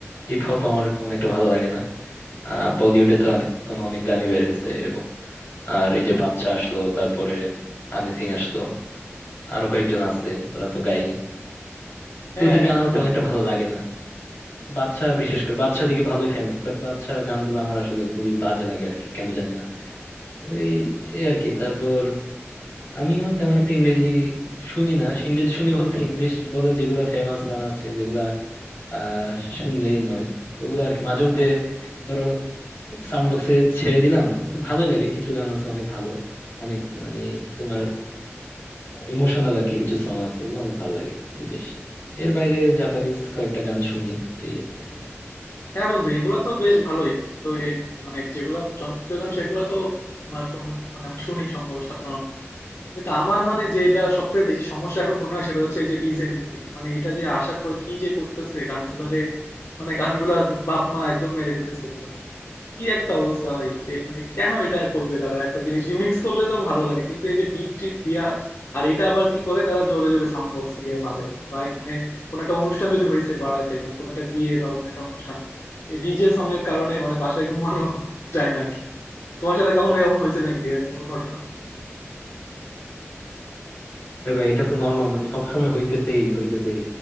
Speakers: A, on the left (about 50°); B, on the left (about 75°).
A: হিপ হপ আমার তেমন একটা ভালো লাগে না আহ বলিউডে তো এখন অনেক গানই বের হয়েছে এরকম আর এই যে বাদশা আসলো তারপরে হানি সিং আসলো আরো কয়েকজন আছে ওরা তো গায়ই তো
B: হ্যাঁ
A: ওদের গান আমার তেমন একটা ভালো লাগে না বাদশা বিশেষ করে বাদশা দেখি ভালোই ফেমাস বাট বাদশা গানগুলো আমার আসলে খুবই বাজে লাগে আর কি কেন জানি না এই এই আর কি তারপর আমিও তেমন একটা ইংরেজি শুনি না সে ইংরেজি শুনি বলতে ইংলিশ বলে যেগুলা ফেমাস গান আছে যেগুলা আহ শুনলেই নয় ওগুলো আর কি মাঝে মধ্যে ধরো সাউন্ড বক্সে ছেড়ে দিলাম তো ভালোই লাগে কিছু গান আছে অনেক ভালো অনেক মানে তোমার ইমোশনাল আর কি কিছু সং আছে ওগুলো অনেক ভালো লাগে দেশ এর বাইরে জাপানিজ কয়েকটা গান শুনি এই আর কি
B: হ্যাঁ বন্ধু এগুলো তো বেশ ভালোই তো এই মানে যেগুলো জনপ্রিয় গান সেগুলো তো তোমার শোনো- মানে আমরা শুনি সম্ভবত সাধারণত কিন্তু আমার মানে যে এটা সব থেকে বেশি সমস্যা এখন মনে হয় সেটা হচ্ছে এই যে ডিজে মিউজিক মানে এটা যে আসার পর কি যে করতেছে গানগুলারে মানে গানগুলার বাপ মা একদম মেরে দিতেছে পুরো কি একটা অবস্থা ভাই এই মানে কেন এটা করবে তারা একটা জিনিস রিমিক্স করলে তো ভালো লাগে কিন্তু এই যে বিট টিট দিয়া আর এটা আবার কি করে তারা জোরে জোরে সাউন্ড বক্স দিয়ে বাজায় ভাই মানে কোনো একটা অনুষ্ঠান যদি হয়েছে পাড়াতে মানে কোনো একটা বিয়ে বা কোনো একটা অনুষ্ঠান এই ডিজে সং এর কারণে মানে বাসায় ঘুমানো যায় না আর কি তোমার সাথে কখনো এমন হয়েছে নাকি এরকম কোনো ঘটনা
A: এর বাইরে এটা তো নর্মাল মানে সবসময় হইতেছেই হইতেছেই